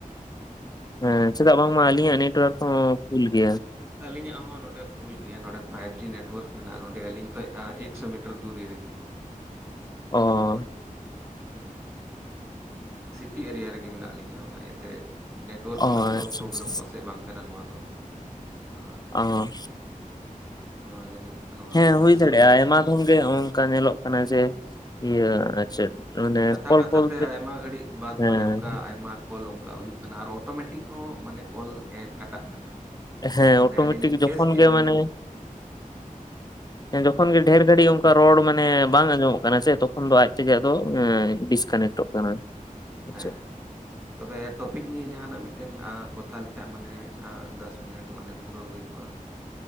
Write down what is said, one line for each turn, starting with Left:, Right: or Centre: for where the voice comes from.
Left: ᱦᱮᱸ ᱪᱮᱫᱟᱜ ᱵᱟᱝᱢᱟ ᱟᱹᱞᱤᱧᱟᱜ ᱱᱮᱴᱳᱣᱟᱨᱠ ᱦᱚᱸ ᱯᱷᱩᱞ ᱜᱮᱭᱟ
Right: ᱟᱞᱤᱧᱟᱜ ᱦᱚᱸ ᱱᱚᱸᱰᱮ ᱯᱷᱩᱞ ᱜᱮᱭᱟ ᱱᱚᱸᱰᱮ ᱯᱷᱟᱭᱤᱵ ᱡᱤ ᱱᱮᱴᱳᱣᱟᱨᱠ ᱢᱮᱱᱟᱜ-ᱟ ᱱᱚᱸᱰᱮ ᱟᱹᱞᱤᱧ ᱠᱷᱚᱡ ᱮᱠᱥᱳ ᱢᱤᱴᱟᱨ ᱫᱩᱨᱤ ᱨᱮᱜᱮ
Left: ᱚ
Right: ᱦᱩᱸ ᱥᱤᱴᱤ ᱮᱨᱤᱭᱟ ᱨᱮᱜᱮ ᱢᱮᱱᱟᱜ ᱞᱤᱧᱟᱹ ᱚᱱᱟ ᱤᱭᱟᱹᱛᱮ ᱱᱮᱴᱣᱟᱨᱠ
Left: ᱚ
Right: ᱨᱮᱱᱟᱜ ᱫᱚ
Left: ᱟᱪᱪᱷᱟ
Right: ᱯᱨᱚᱵᱞᱮᱢ
Left: ᱟᱪᱪᱷᱟ
Right: ᱯᱟᱥᱪᱮᱡ ᱵᱟᱝ ᱠᱟᱱᱟ ᱱᱚᱣᱟ ᱫᱚ ᱱᱚᱣᱟ
Left: ᱚ
Right: ᱱᱚᱣᱟ ᱡᱟᱹᱱᱤᱡ ᱱᱚᱣᱟ
Left: ᱦᱮᱸ
Right: ᱫᱚ
Left: ᱦᱩᱭ
Right: ᱥᱟᱨᱵᱷᱟᱨ
Left: ᱫᱟᱲᱮᱭᱟᱜᱼᱟ
Right: ᱤᱥᱩ
Left: ᱟᱭᱢᱟ ᱫᱷᱚᱢ ᱜᱮ ᱱᱚᱜᱝᱠᱟ ᱧᱮᱞᱚᱜ ᱠᱟᱱᱟ ᱡᱮ ᱤᱭᱟᱹ ᱟᱨ ᱪᱮᱫ। ᱢᱟᱱᱮ
Right: ᱠᱟᱛᱷᱟ
Left: ᱠᱚᱞ
Right: ᱠᱟᱛᱷᱟ
Left: ᱠᱚᱞ
Right: ᱛᱮ ᱟᱭᱢᱟ ᱜᱷᱟᱹᱲᱤᱡ ᱵᱟᱫ
Left: ᱦᱮᱸ
Right: ᱢᱟᱱᱮ ᱚᱱᱠᱟ ᱟᱭᱢᱟ ᱼᱼ ᱠᱚᱞ ᱚᱱᱠᱟ ᱦᱩᱭᱩᱜ ᱠᱟᱱᱟ ᱟᱨ ᱚᱴᱳᱢᱮᱴᱤᱠ ᱦᱚᱸ ᱢᱟᱱᱮ ᱠᱚᱞ ᱮ ᱠᱟᱴᱟᱜ ᱠᱟᱱᱟ।
Left: ᱦᱮᱸ
Right: ᱢᱟᱱᱮ
Left: ᱚᱴᱳᱢᱮᱴᱤᱠ
Right: ᱟᱹᱞᱤᱧ ᱞᱤᱧ
Left: ᱡᱚᱠᱷᱚᱱ
Right: ᱯᱷᱮᱥ ᱠᱮᱜᱼᱟ
Left: ᱜᱮ
Right: ᱵᱚᱞᱮᱧ
Left: ᱢᱟᱱᱮ ᱦᱮᱸ। ᱡᱚᱠᱷᱚᱱ ᱜᱮ ᱰᱷᱮᱨ ᱜᱷᱟᱹᱲᱤᱡ ᱚᱱᱠᱟ ᱨᱚᱲ ᱢᱟᱱᱮ ᱵᱟᱝ ᱟᱸᱡᱚᱢᱚᱜ ᱠᱟᱱᱟ ᱥᱮ ᱛᱚᱠᱷᱚᱱ ᱫᱚ ᱟᱡ ᱛᱮᱜᱮ ᱟᱫᱚ ᱮᱸ ᱰᱤᱥ ᱼᱼ ᱠᱟᱱᱮᱠᱴ ᱚᱜ ᱠᱟᱱᱟ। ᱟᱨ
Right: ᱦᱮᱸ
Left: ᱪᱮᱫ
Right: ᱛᱚᱵᱮ ᱴᱚᱯᱤᱠ ᱱᱤᱭᱮ ᱡᱟᱦᱟᱱᱟᱜ ᱢᱤᱫᱴᱮᱱ ᱟᱸ ᱠᱚᱛᱷᱟ ᱞᱮᱠᱷᱟᱡ ᱢᱟᱱᱮ ᱟᱸ ᱫᱚᱥ ᱢᱤᱱᱤᱴ ᱢᱟᱱᱮ ᱯᱩᱨᱟᱹᱣ ᱦᱩᱭ ᱠᱚᱜᱼᱟ।